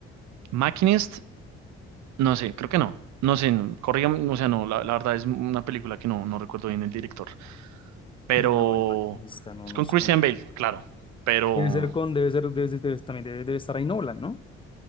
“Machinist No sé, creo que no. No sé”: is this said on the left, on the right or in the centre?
Right